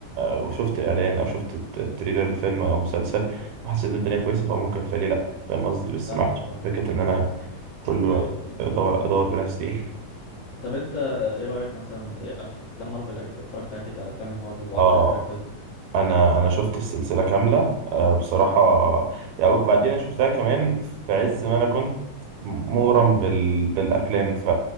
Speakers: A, on the right; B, on the left.
A: وشفت اعلان او شفت الت- التريلر لفيلم او مسلسل وحسيت ان الدنيا كويسه فممكن تفعلي لا فاهم قصدي بس
B: فاهمك
A: ما عنديش
B: اه
A: فكره ان انا كل وقت
B: ايوه ايوه
A: ادور ادور بنفسي <laughs>
B: طب انت ايه رأيك مثلا إيه افلام مارفل أج- اتفرجت اكيد على افلام المارفل وعارف
A: اه
B: الكاركترز
A: انا انا شفت السلسله كامله آه بصراحه يعني بعدين انا شفتها كمان في عز ما انا كنت مغرم بال... بالافلام ف